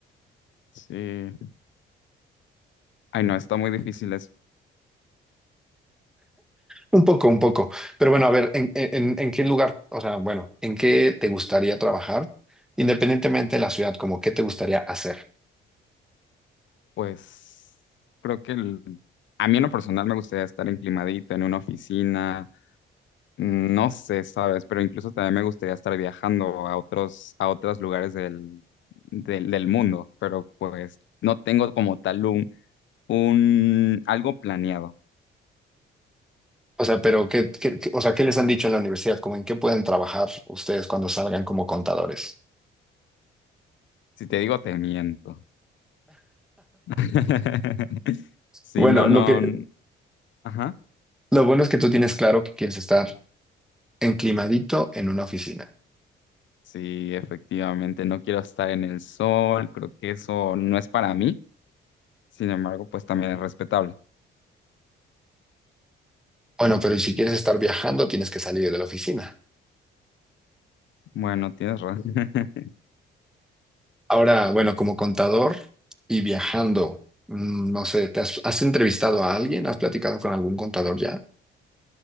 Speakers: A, on the left (about 70°); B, in the centre.
A: sí. Ay, no, está muy difícil eso.
B: Un poco, un poco. Pero bueno, a ver, ¿en, en, en qué lugar, o sea, bueno, ¿en qué te gustaría trabajar? Independientemente de la ciudad, como qué te gustaría hacer.
A: Pues creo que el- a mí en lo personal me gustaría estar enclimadito en una oficina, mm, no sé, ¿sabes? Pero incluso también me gustaría estar viajando a otros, a otros lugares del, del, del mundo, pero pues no tengo como tal un, un algo planeado.
B: O sea, pero ¿qué, qué- qué- o sea, ¿qué les han dicho en la universidad? Como en qué pueden trabajar ustedes cuando salgan como contadores.
A: Si te digo, te miento. <laughs> Sí,
B: Bueno,
A: no, no.
B: lo que,
A: Ajá.
B: Lo bueno es que tú tienes claro que quieres estar enclimadito en una oficina.
A: Sí, efectivamente, no quiero estar en el sol. Creo que eso no es para mí. Sin embargo, pues también es respetable.
B: Bueno, pero si quieres estar viajando, tienes que salir de la oficina.
A: Bueno, tienes razón. <laughs>
B: Ahora, bueno, como contador y viajando, mm, no sé, ¿te has, has entrevistado a alguien? ¿Has platicado con algún contador ya?